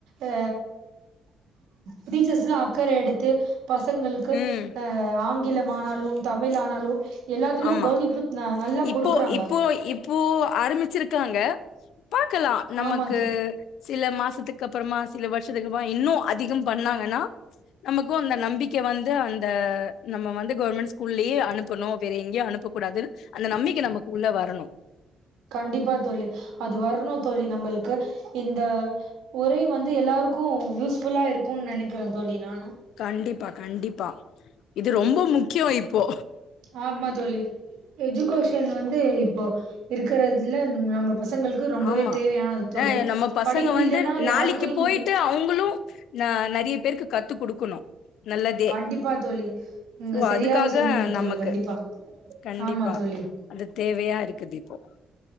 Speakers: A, on the right (about 85°); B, on the left (about 75°).
A: அ ப்ரீச்சர்ஸ்லா அக்கறஎடுத்து பசங்களுக்கு
B: ம்
A: அ ஆங்கிலம் ஆனாலு தமிழ் ஆனாலு எல்லாத்திலயு
B: ஆமா
A: கவனிப்பு நல்லா
B: இப்போ
A: குடுக்குறாங்க
B: இப்போ இப்போ ஆரமிச்சுருக்காங்க பாக்கலா நம்மக்கு
A: ஆமா தோழி
B: சில மாசத்துக்கு அப்பறமா சில வர்ஷத்துக்கு அப இன்னு அதிகம் பண்ணாங்கன்னா நமக்கூ அந்த நம்பிக்க வந்து அந்த நம்ம வந்து கோர்மண் ஸ்கூல்லியே அனுப்பணூ வேற எங்கேயோ அனுப்பக் கூடாதுன் அந்த நம்பிக்கை நமக்கு உள்ள வரணு
A: கண்டிப்பா தோழி அது வர்ணு தோழி நம்பளுக்கு இந்த உரை வந்து எல்லாருக்கு யூஸ் ஃபுல்லா இருக்கு நெனைக்கிறே தோழி நானு
B: கண்டிப்பா கண்டிப்பா இது ரொம்ப முக்கியொ இப்போ
A: ஆமா தோழி எஜுகேஷன் வந்து இப்போ இருக்கறதுல நம்ம பசங்களுக்கு ரொம்பவே
B: ஆமா
A: தேவையானது தோழி
B: ஏ நம்ம பசங்க
A: படிப்பு
B: வந்து
A: இல்லன்னா
B: நாளைக்கி
A: யாருக்கு இங்க
B: போய்ட்டு அவுங்களு ந நெறய பேருக்கு கத்து குடுக்கணு நல்லதே
A: கண்டிப்பா தோழி நீங்க
B: சோ
A: சரியாக
B: அதுக்காக
A: சொன்னீங்க தோழி
B: நமக்கு
A: கண்டிப்பா
B: கண்டிப்பா
A: ஆமா தோழி
B: அது தேவையா இருக்குது இப்போ